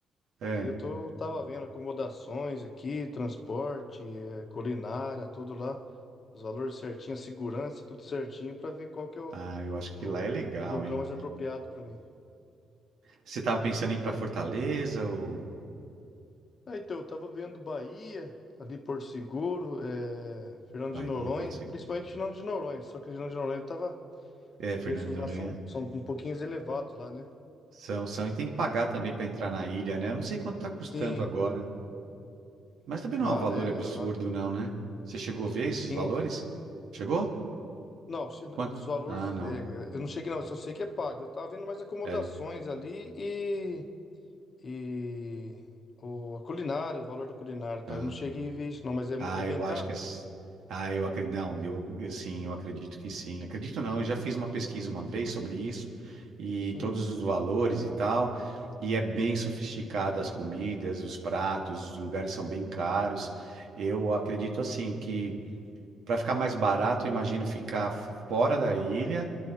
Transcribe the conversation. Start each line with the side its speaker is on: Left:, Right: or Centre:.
Right: É.
Left: Aí eu tô, tava vendo acomodações aqui, transporte, eh, culinária, tudo lá, os valores certinho, a segurança, tudo certinho, para ver qual que é o,
Right: Ah, eu acho
Left: o,
Right: que lá é legal,
Left: o local
Right: hein?
Left: mais apropriado para mim.
Right: Você tava pensando em ir pra Fortaleza ou
Left: É, então, eu tava vendo Bahia, ali Porto Seguro, eh, Fernando
Right: Bahia,
Left: de Noronha,
Right: Porto Seguro?
Left: principalmente Fernando de Noronha, só que Fernando de Noronha tava,
Right: É,
Left: os preços
Right: Fernando de
Left: lá
Right: Noronha.
Left: são, são um pouquinho elevados lá, né?
Right: São, são. E tem que pagar também pra entrar na ilha, né? Eu não sei quanto tá custando
Left: Sim,
Right: agora. Mas também
Left: lá,
Right: não é um valor
Left: é,
Right: absurdo,
Left: lá,
Right: não, né? Você chegou
Left: sim,
Right: a ver esses
Left: sim,
Right: valores? Chegou?
Left: Não, se- os
Right: Quanto?
Left: valores,
Right: Ah, não.
Left: é, eu não cheguei não, eu só sei que é pago. Eu tava vendo mais acomodações
Right: É,
Left: ali e, e o, a culinária, o valor da culinária, tá?
Right: tá.
Left: Eu não cheguei a ver isso não, mas é, mui-
Right: Ah,
Left: é bem
Right: eu
Left: caro?
Right: acho que. as- Ah, eu acredito. Não, eu, eu sim, eu acredito que sim. Acredito não, eu já fiz uma pesquisa uma vez sobre isso e
Left: Sim.
Right: todos os valores e tal. E é bem sofisticado as comidas, os pratos, os lugares são bem caros. Eu acredito assim que para ficar mais barato, eu imagino ficar fora da ilha